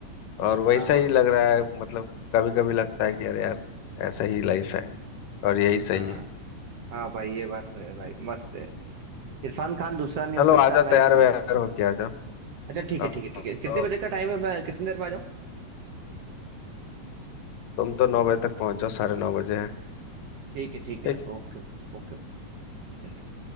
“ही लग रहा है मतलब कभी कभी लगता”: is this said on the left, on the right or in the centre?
Left